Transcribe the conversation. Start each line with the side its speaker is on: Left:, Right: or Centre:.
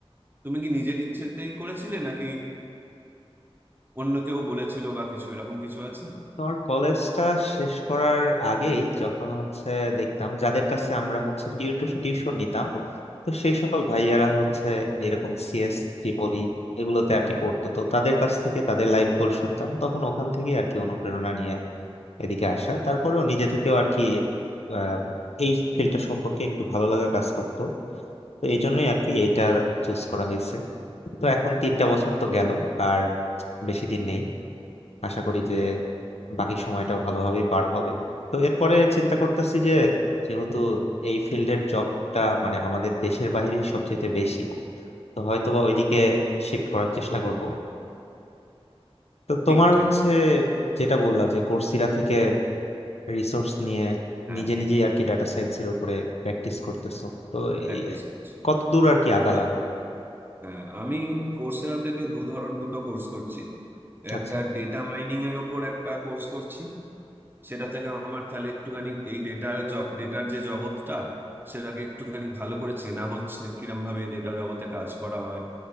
Right: তুমি কি নিজের ইচ্ছেতেই করেছিলে নাকি অন্য কেউ বলেছিল বা কিছু এরকম কিছু আছে
Left: তোমার কলেজটা শেষ করার আগেই যখন হচ্ছে দেখতাম যাদের কাছে আমরা হচ্ছে টিউশন নিতাম তো সেই সকল ভাইয়ারা হচ্ছে এরকম সিএস ট্রিপলি এগুলোতে আর কি পড়তো তো তাদের কাছ থেকে তাদের লাইফ গোল শুনতাম তখন ওখান থেকে আর কি অনুপ্রেরণা নিয়ে এদিকে আসা তারপরেও নিজে থেকেও আর কি আহ এই ফিল্ডটা সম্পর্কে একটু ভালো লাগা কাজ করতো তো এই জন্যই আর কি এইটা চুজ করা হয়েছে তো এখন তিনটা বছর তো গেল আর বেশি দিন নেই আশা করি যে বাকি সময়টাও ভালোভাবেই পার হবে তো এরপরে চিন্তা করতেছি যে যেহেতু এই ফিল্ডের জবটা মানে আমাদের দেশের বাইরেই সবচেয়ে বেশি তো হয়তোবা ওইদিকে শিফট করার চেষ্টা করব তো তোমার
Right: ঠিক ঠিক
Left: হচ্ছে যেটা বললা যে কোর্সেরা থেকে রিসোর্স নিয়ে
Right: হ্যাঁ
Left: নিজে নিজেই আর কি ডাটা সায়েন্সের উপরে প্র্যাকটিস করতেছো তো
Right: প্র্যাকটিস
Left: এই
Right: করছি
Left: কত দূর আর কি আগালা
Right: আ- হ্যাঁ আমি কোর্সেরা থেকে দু ধরন দুটো কোর্স করছি একটা
Left: আচ্ছা
Right: ডেটা মাইনিং এর ওপর একটা কোর্স করছি সেটা থেকে আমার তাহলে একটুখানি এই ডেটার ডেটার যে জগৎটা সেটাকে একটুখানি ভালো করে চেনা হচ্ছে কিরম ভাবে ডেটা জগতে কাজ করা হয়